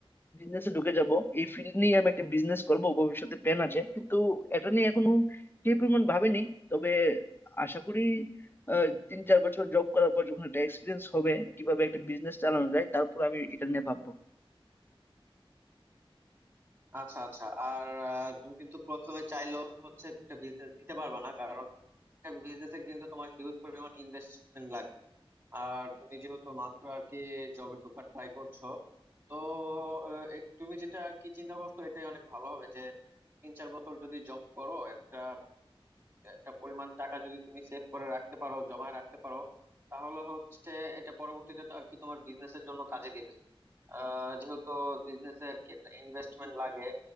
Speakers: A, on the left; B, on the right.
A: বিজনেসে ঢুকে যাব এই ফিল্ড নিয়ে আমি একটা বিজনেস করব ভবিষ্যতে প্ল্যান আছে কিন্তু এটা নিয়ে এখনো কি পরিমাণ ভাবিনি তবে আশা করি আহ, তিন চার বছর জব করার পর যখন একটা এক্সপিরিয়েন্স হবে কিভাবে একটা বিজনেস চালানো যায় তারপর আমি এটা নিয়ে ভাববো
B: আচ্ছা আচ্ছা আর আহ, তুমি কিন্তু প্রথমে চাইলেও হচ্ছে একটা বিজনেস দিতে পারবে না কারণ একটা বিজনেসে কিন্তু তোমার হিউজ পরিমাণ ইনভেস্টমেন্ট লাগে আর তুমি যেহেতু মাত্র আর কি জবে ঢোকার ট্রাই করছো তো আহ, এ- তুমি যেটা আর কি চিন্তা করছো এটাই অনেক ভালো হবে যে তিন চার বছর যদি জব করো একটা একটা পরিমাণ টাকা যদি তুমি সেভ করে রাখতে পারো জমায় রাখতে পারো তাহলে হচ্ছে এটা পরবর্তীতে তো আর কি তোমার বিজনেসের জন্য কাজে দিবে আহ, যেহেতু বিজনেসে আর কি একটা ইনভেস্টমেন্ট লাগে